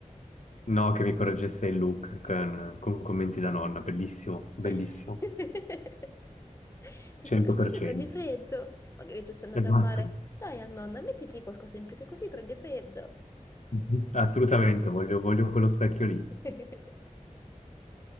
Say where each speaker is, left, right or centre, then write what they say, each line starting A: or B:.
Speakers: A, on the left; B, on the left.
A: No, che mi correggesse il look con, con commenti da nonna, bellissimo, bellissimo.
B: <laughs> Tipo,
A: 100%.
B: che così prendi freddo? Magari tu stai andando
A: Esatto.
B: al mare, dai a nonna, mettiti qualcosa in più che così prendi freddo.
A: Mhm. Assolutamente, voglio, voglio quello specchio lì.
B: <laughs>